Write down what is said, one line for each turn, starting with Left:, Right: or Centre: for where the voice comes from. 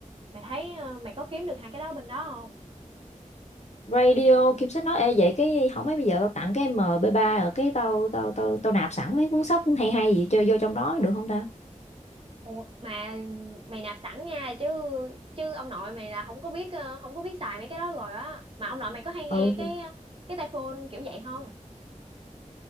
Right: mày thấy ờ, mày có kiếm được hai cái đó bên đó không
Left: Radio Kim Sách nói ê vậy cái không mấy bây giờ tao tặng cái mp ba ở cái tao tao tao tao nạp sẵn mấy cuốn sách hay hay gì chơi vô trong đó được không ta?
Right: Ủa, mà mày nạp sẵn nha chứ chứ ông nội mày là không có biết ờ, không có biết xài mấy cái đó rồi á mà ông nội mày có hay nghe
Left: Ừ
Right: cái
Left: thì,
Right: cái tai phone kiểu vậy không